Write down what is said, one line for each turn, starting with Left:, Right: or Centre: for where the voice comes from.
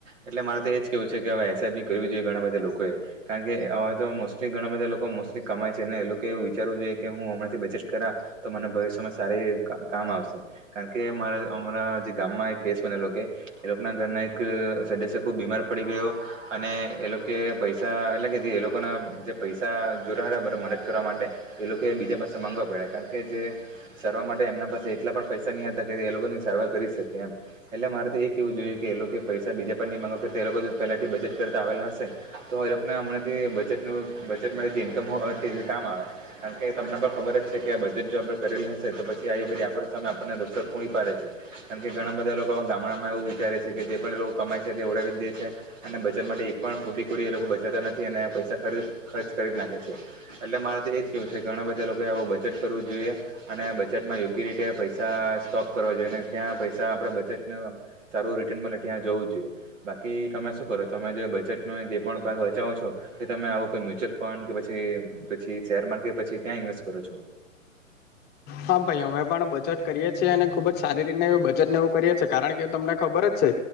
Right: એટલે મારે તો એજ કેવું છે કે એસઆઈપી કરવી જોઈએ ઘણા બધા લોકોએ કારણ કે આ તો મોસ્ટલી ઘણા બધા લોકો મોસ્ટલી કમાય છે ને એ લોકો વિચારવું જોઈએ કે હું હમણાંથી બચટ કરા તો મને ભવિષ્યમાં સારી કામ આવશે કારણ કે અમારા હમણાં જે ગામમાં એક કેસ બનેલો કે એ લોકો ના ઘરના એક સદસ્ય ખુબ બીમાર પડી ગયો અને એ લોકો પૈસા એટલે કે જે એ લોકો ના જે પૈસા જોરા હતા બરા મને કરવા માટે એ લોકોએ બીજા પાસે માગવા પડ્યા કારણ કે જે સારવાર માટે એમના પાસે એટલા પણ પૈસા નહીં હતા એ લોકોની સારવાર કરી શકે એમ, એટલે મારે તો એ કેહેવું જોઈએ કે એ લોકો પૈસા બીજા પરની માંગ કર એ લોકો પહેલાથી બચટ કરતાં આવેલા હશે તો એ લોકોને હમણાંથી બચેટનું બચેટમાં જે ઇન્કમ હોય કામ આવે કારણ કે તમને પણ ખબર જ છે કે બજેટ જો આપણે કરેલી હશે તો પછી આવી બધી આપડી સામે આપણને પૂરી પાડ છે કારણ કે ઘણા બધા લોકો ગામડામાં એવું વિચારે છે કે જે પણ લોકો કમાય છે તે ઓડાવી જ દે છે. અને બચટ માટે એક પણ ફૂટીકોડી એ લોકો બચાવતા નથી અને પૈસા ખરચ ખર્ચ કરી જ નાખે છે. એટલે મારે તો એજ કેવું છે કે ઘણા બધા લોકો આવું બચેટ કરવું જોઈએ અને બચેટ માં યોગ્ય રીતે પૈસા સોપ કરવો જોઈ ત્યાં પૈસા આપે બજેટ સારું રિટર્ન મળે ત્યાં જવું જોઈએ બાકી તમે શું કરો તમે જે બજેટનો જે પણ ભાગ બચાવો છો તે તમે આવું કોઈ મ્યુચ્યુઅલ ફંડ કે પછી પછી શેર માર્કેટ પછી ત્યાં ઇન્વેસ્ટ કરો છો?
Left: હા ભાઈ અમે પણ બચટ કરીએ છીએ અને ખુબ જ સારી રીતને બચટને એવું કરીએ છીએ કારણ કે તમને ખબર જ